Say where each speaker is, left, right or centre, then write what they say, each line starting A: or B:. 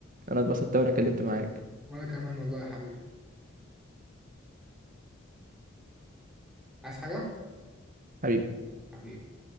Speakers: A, on the right (about 40°); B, in the centre.
A: انا اتبسطت وانا كلمت معاك
B: وانا كمان والله يا حبيبي عايز حاجه
A: حبيبي
B: حبيبي